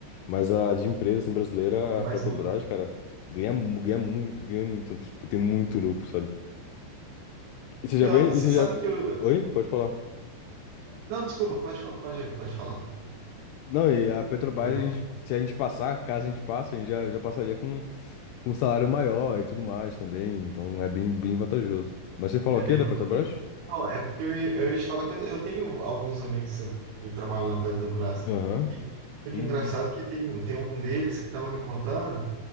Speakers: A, on the left; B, on the right.
A: Mas a de empresa, assim, brasileira,
B: O que
A: a
B: mais
A: Petrobras,
B: lucro.
A: cara, ganha, mu- ganha muito, ganha muito, Então, tipo, tem muito lucro, sabe? E você
B: E
A: já vem,
B: ó, você
A: e você
B: sabe
A: já...
B: que eu.
A: Oi? Pode falar.
B: Não, desculpa, pode, fa- pode, pode falar.
A: Não, e a Petrobras,
B: Que eu tava-
A: a gente- se a gente passar, caso a gente passe, a gente já, já passaria com, com um salário maior e tudo mais também, então é bem, bem vantajoso. Mas você falou
B: É
A: o
B: bem.
A: quê da Petrobras?
B: Não, é porque eu ia, eu ia te falar que eu, eu tenho alguns amigos que trabalham lá na Petrobras.
A: Aham.
B: E é muito
A: Hum,
B: engraçado que tem, tem um deles que estava me contando